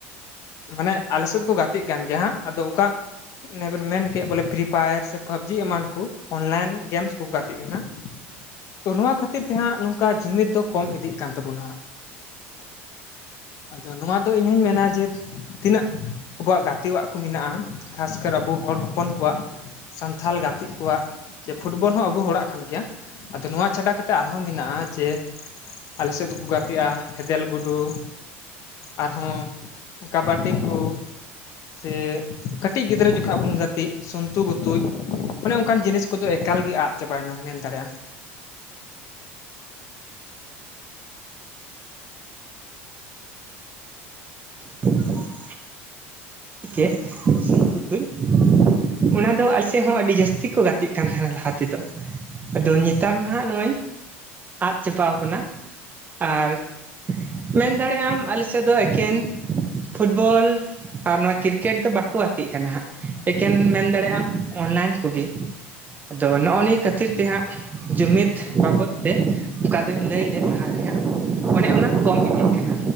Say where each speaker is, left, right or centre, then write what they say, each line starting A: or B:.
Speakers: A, on the left (about 55°); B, on the right (about 30°).
A: ᱢᱟᱱᱮ ᱟᱞᱮ ᱥᱮᱫ ᱫᱚᱠᱚ ᱜᱟᱛᱮᱜ ᱠᱟᱱ ᱜᱮᱭᱟ ᱦᱟᱸᱜ ᱾ ᱟᱫᱚ ᱚᱠᱟ ᱚᱱᱮ ᱵᱮᱱ ᱢᱮᱱ ᱠᱮᱫ ᱵᱚᱞᱮ ᱯᱷᱨᱤ ᱯᱷᱟᱭᱟᱨ ᱥᱮ ᱯᱟᱵᱽᱡᱤ ᱮᱢᱟᱱ ᱠᱩ ᱚᱱᱞᱟᱭᱤᱱ ᱜᱮᱢᱥ ᱠᱚ ᱜᱟᱛᱮᱜ ᱠᱟᱱᱟ ᱾ ᱛᱚ ᱱᱚᱣᱟ ᱠᱷᱟᱹᱛᱤᱨ ᱛᱮ ᱦᱟᱸᱜ ᱱᱚᱝᱠᱟ ᱡᱩᱢᱤᱫ ᱫᱚ ᱠᱚᱢ ᱤᱫᱤᱜ ᱠᱟᱱ ᱛᱟᱵᱚᱱᱟ ᱾ ᱟᱫᱚ ᱱᱚᱣᱟ ᱫᱚ ᱤᱧᱦᱚᱸᱧ ᱢᱮᱱᱟ ᱡᱮ ᱛᱤᱱᱟᱹᱜ ᱟᱵᱚᱣᱟᱜ ᱜᱟᱛᱮᱣᱟᱜ ᱠᱚ ᱢᱮᱱᱟᱜᱼᱟ ᱾ ᱠᱷᱟᱥᱠᱟᱨ ᱟᱵᱚ ᱦᱚᱲ ᱦᱚᱯᱚᱱ ᱠᱚᱣᱟᱜ ᱥᱟᱱᱛᱷᱟᱞ ᱜᱟᱛ ᱤᱜ ᱠᱚᱣᱟᱜ ᱪᱮ ᱯᱷᱩᱴᱵᱚᱞ ᱦᱚᱸ ᱟᱵᱩ ᱦᱚᱲᱟᱜ ᱠᱟᱱ ᱜᱮᱭᱟ ᱾ ᱟᱫᱚ ᱱᱚᱣᱟ ᱪᱷᱟᱰᱟ ᱠᱟᱛᱮᱫ ᱟᱨᱦᱚᱸ ᱢᱮᱱᱟᱜᱼᱟ ᱡᱮ ᱟᱞᱮ ᱥᱮᱫ ᱫᱚᱠᱚ ᱜᱟᱛᱮᱜᱼᱟ ᱦᱮᱫᱮᱞ ᱜᱩᱰᱩ ᱟᱨᱦᱚᱸ ᱠᱟᱵᱟᱰᱤ ᱠᱩ ᱾ ᱥᱮ ᱠᱟᱹᱴᱤᱡ ᱜᱤᱫᱽᱨᱟᱹ ᱡᱚᱠᱷᱟᱜ ᱵᱩᱱ ᱜᱟᱛᱮ ᱥᱩᱱᱛᱩ ᱵᱩᱛᱩᱡᱼᱼ ᱚᱱᱮ ᱚᱱᱠᱟᱱ ᱡᱤᱱᱤᱥ ᱠᱚᱫᱚ ᱮᱠᱟᱞ ᱜᱮ ᱟᱫ ᱪᱟᱵᱟᱭᱮᱱᱟ ᱢᱮᱱ ᱫᱟᱲᱮᱭᱟᱜᱼᱟ᱾
B: ᱛᱚ <inaudible> ᱠᱮᱫ ᱥᱩᱸᱛᱩ ᱜᱩᱛᱩᱧ <inaudible> ᱚᱱᱟ ᱫᱚ ᱟᱞᱮ ᱥᱮᱫ ᱦᱚᱸ ᱟᱹᱰᱤ ᱡᱟᱹᱥᱛᱤ ᱠᱚ ᱜᱟᱛᱮᱜ ᱠᱟᱱ ᱛᱟᱦᱮᱱᱟ ᱞᱟᱦᱟ ᱛᱮᱫᱚ᱾ ᱟᱫᱚ ᱱᱮᱛᱟᱨ ᱢᱟ ᱦᱟᱜ ᱱᱚᱜᱼᱚᱭ ᱟᱫ ᱪᱟᱵᱟᱣ ᱠᱟᱱᱟ᱾ ᱟᱨ ᱢᱮᱱ ᱫᱟᱲᱮᱭᱟᱜ ᱟᱢ ᱟᱞᱮᱥᱮᱫ ᱫᱚ ᱮᱠᱮᱱ ᱯᱷᱩᱴᱵᱚᱞᱼᱼ ᱟᱨ ᱱᱚᱣᱟ ᱠᱨᱤᱠᱮᱴ ᱫᱚ ᱵᱟᱠᱚ ᱜᱟᱛᱮᱜ ᱠᱟᱱᱟ ᱦᱟᱸᱜ ᱮᱠᱮᱱ ᱢᱮᱱ ᱫᱟᱲᱮᱭᱟᱜᱼᱟ ᱟᱢ ᱚᱱᱞᱟᱭᱤᱱ ᱠᱚᱜᱮ ᱟᱫᱚ ᱱᱚᱜᱼᱚ ᱱᱤᱭᱟᱹ ᱠᱷᱟᱹᱛᱤᱨ ᱛᱮᱦᱟᱸᱜ ᱡᱩᱢᱤᱫ ᱵᱟᱵᱚᱫᱼᱼ ᱛᱮ ᱚᱠᱟ ᱫᱚᱧ ᱞᱟᱹᱭ ᱞᱮᱫ ᱞᱟᱦᱟ ᱨᱮᱦᱟᱸᱜ ᱚᱱᱮ ᱚᱱᱟ ᱠᱚᱢ ᱤᱫᱤᱜ ᱠᱟᱱᱟ᱾